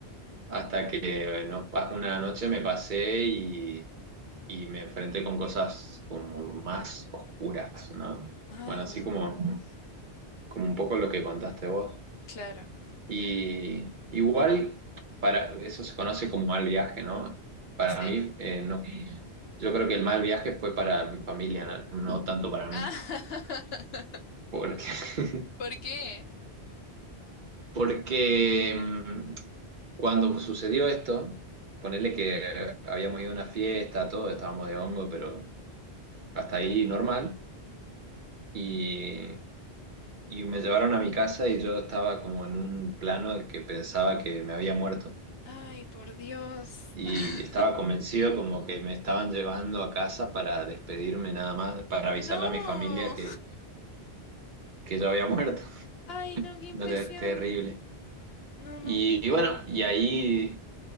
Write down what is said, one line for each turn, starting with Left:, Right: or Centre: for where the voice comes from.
Right: hasta que eh, nos pa- una noche me pasé y, y me enfrenté con cosas como más oscuras, ¿no?
Left: Ay,
Right: Bueno, así
Left: no.
Right: como, como un poco lo que contaste vos.
Left: Claro.
Right: Y igual, para, eso se conoce como mal viaje, ¿no? Para
Left: Sí.
Right: mí, eh, no. Yo creo que el mal viaje fue para mi familia, no, no tanto para mí.
Left: Ah, <laughs>
Right: Porque, <laughs>
Left: ¿por qué?
Right: porque mm, cuando sucedió esto, ponerle que habíamos ido a una fiesta, todo, estábamos de hongo, pero hasta ahí normal. Y, y me llevaron a mi casa y yo estaba como en un plano de que pensaba que me había muerto.
Left: Ay, por Dios.
Right: Y
Left: <laughs>
Right: estaba convencido como que me estaban llevando a casa para despedirme nada más, para avisarle
Left: No.
Right: a mi familia que, que yo había muerto. <laughs>
Left: Ay, no, qué impresión.
Right: No, te- terrible.
Left: No,
Right: Y,
Left: no, qué feo.
Right: y bueno, y ahí